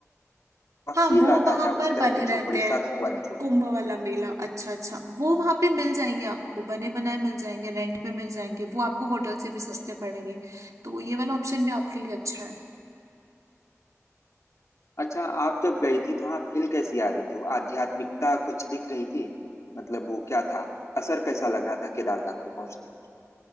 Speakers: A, on the left; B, on the right.
A: वह
B: हाँ
A: फील
B: वो
A: आता
B: वहां
A: था
B: पर
A: उस तरह
B: बने
A: की
B: रहते
A: झोपड़ी
B: हैं
A: साधुओं वाली झोपड़ी
B: कुंभ वाला मेला अच्छा अच्छा वो वहां पे मिल जाएंगे आपको बने बनाए मिल जाएंगे रेंट पे मिल जाएंगे वो आपको होटल से भी सस्ते पड़ेंगे तो ये वाला ऑप्शन भी आपके लिए अच्छा है
A: अच्छा आप जब गई थी तो वहां फील कैसी आ रही थी वो आध्यात्मिकता कुछ दिख रही थी मतलब वो क्या था असर कैसा लग रहा था केदारनाथ में पहुंचने पर